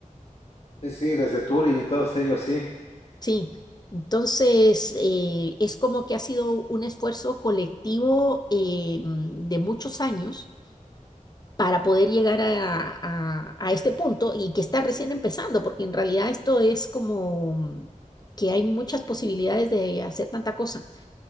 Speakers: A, on the left; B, on the left.
A: Sí, sí, desde Turing y todos ellos, sí.
B: Sí, entonces eh, es como que ha sido un esfuerzo colectivo em, de muchos años para poder llegar a, a- a este punto y que está recién empezando, porque en realidad esto es como mm, que hay muchas posibilidades de hacer tanta cosa.